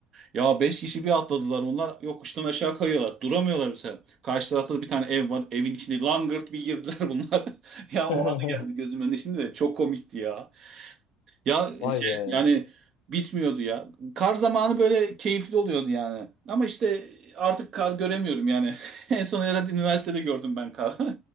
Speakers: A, on the right; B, on the left.
A: Ya beş kişi bir atladılar onlar. Yokuştan aşağı kayıyorlar. Duramıyorlar mesela. Karşı tarafta da bir tane ev var. Evin içine langırt bir girdiler <laughs> bunlar. Ya
B: <laughs>
A: o anı geldi gözümün önüne şimdi de çok komikti ya. Ya
B: Vay
A: şey
B: be.
A: yani bitmiyordu ya. Kar zamanı böyle keyifli oluyordu yani. Ama işte artık kar göremiyorum yani. <laughs> En son herhalde üniversitede gördüm ben kar.